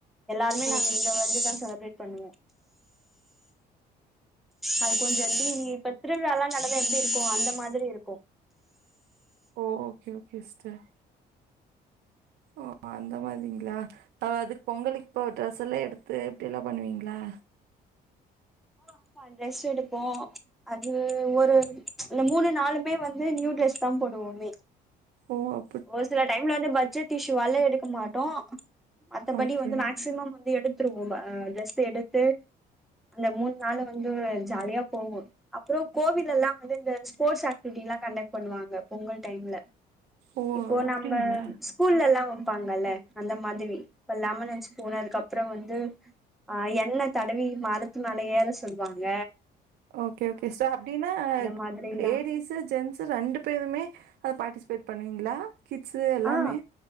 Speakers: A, in the centre; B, on the right.
A: எல்லாருமே நாங்க
B: ஓகே.
A: இங்க வந்துதா செலப்ரேட் பண்ணுவோ. அது கொஞ்சோ <inaudible> இப்ப திருவிழால்லா நடந்தா எப்டி இருக்கு அந்த மாதிரி இருக்கு.
B: ஓ ஓகே ஓகே இஸ்டர். ஓ அந்த மாதிங்ளா அ அதுக் பொங்கலுக் இப்பொ ட்ரெஸ் எல்லா எடுத்து இப்டி எல்லா பண்ணுவிங்ளா?
A: ஆ ஆமா ட்ரெஸ் எடுப்போ அது ஒரு இந்த மூணு நாளுமே வந் து நியூ டிரஸ் தா போடுவோமே.
B: ஓ அ
A: ஒரு சில டைம்ல வந்து பட்ஜெட் இஷ்ஷுவால எடுக்க மாட்டோ மத்தபடி
B: ஓகே
A: வந்து மேக் மேக்சிமம் வந்து எடுத்துருவோல்ல ட்ரெஸ் எடுத்து அந்த மூணு நாளும் வந்து ஜாலியா போகும் அப்றோ. கோவில் எல்லாம் வந்து இந்த ஸ்போர்ட்ஸ் ஆக்டிவிட்டி எல்லா கண்டக்ட் பண்ணுவாங்க பொங்கல் டைம்ல
B: ஓ
A: இப்போ
B: அப்படிங்களா
A: நம்ம ஸ்கூல்ல எல்லா வெப்பாங்கல்ல அந்த மாதிரி இப்ப லமன் அன்ட் ஸ்பூன் அதுக்குப்பறோ வந்து ஆ என்ண தடவி மரத்து மேல ஏற சொல்லுவாங்க
B: ஓகே ஓகே சோ அப்படின்னா
A: மாதிரிலா
B: லேடிஸ் ஜென்ஸ்சு ரெண்டு பேருமே அதுல பார்ட்டிசிபேட் பண்ணுவீங்களா கிட்ஸ் எல்லாமே
A: ஆ